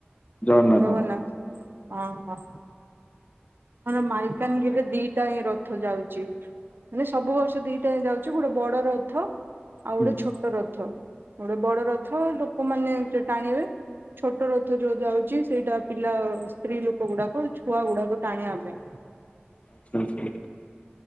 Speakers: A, on the left (about 30°); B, on the right (about 60°).
A: ଜଗନ୍ନାଥ।
B: ଜଗନ୍ନାଥ, ଓ ହୋ। ଆମ ମାଲକାନଗିରିରେ ଦିଟା ହିଁ ରଥ ଯାଉଛି । ମାନେ ସବୁ ବର୍ଷ ଦିଟା ହିଁ ଯାଉଛି । ଗୋଟେ ବଡ ରଥ ଆଉ ଗୋଟେ
A: ହୁଁ
B: ଛୋଟ ରଥ । ଗୋଟେ ବଡ ରଥ ଲୋକମାନେ ଟାଣିବେ ଛୋଟ ରଥ ଯୋ ଯାଉଛି ସେଇଟା ପିଲା ସ୍ତ୍ରୀ ଲୋକ ଗୁଡାକ ଛୁଆ ଗୁଡାକ ଟାଣିଆ ପାଇଁ ।
A: ଆଚ୍ଛା ଆଚ୍ଛା। ନ